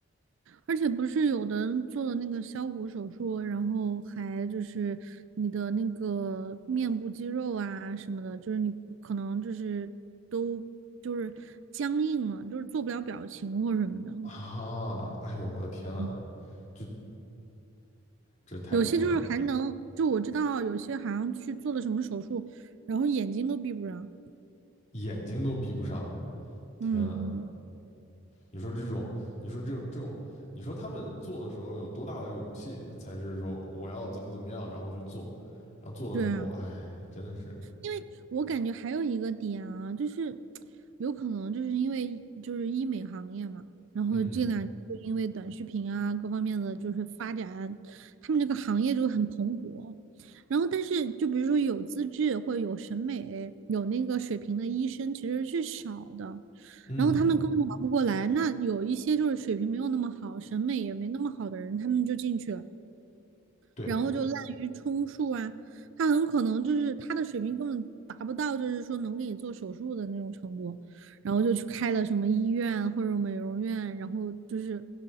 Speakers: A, on the right; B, on the left.
A: 而且不是有的人做了那个削骨手术，然后还就是你的那个面部肌肉啊什么的，就是你可能就是都就是僵硬了，就是做不了表情或什么的。
B: 啊！哎呦我的天呐，
A: 嗯，
B: 这这太离谱了，
A: 有些就是还能，就我知道有些好像去做了什么手术，然后眼睛都闭不上。
B: 眼睛都闭不上，天呐，
A: 嗯嗯，
B: 你说这种，你说这种这种，你说他们做的时候有多大的勇气，才是说我要怎么怎么样，然后去做，然后做了之后，
A: 对啊。
B: 哎，真的是，
A: 因为我感觉还有一个点啊，就是有可能就是因为就是医美行业嘛，然后这两年就因为短视频啊各方面的就是发展，
B: 嗯
A: 他们这个行业就很蓬勃。然后，但是就比如说有资质或者有审美、有那个水平的医生其实是少的，
B: 嗯，
A: 然后他们根本忙不过来。那有一些就是水平没有那么好、审美也没那么好的人，他们就进去了。
B: 对。
A: 然后就滥竽充数啊，他很可能就是他的水平根本达不到，就是说能给你做手术的那种程度，然后就去开了什么医院或者美容院，然后就是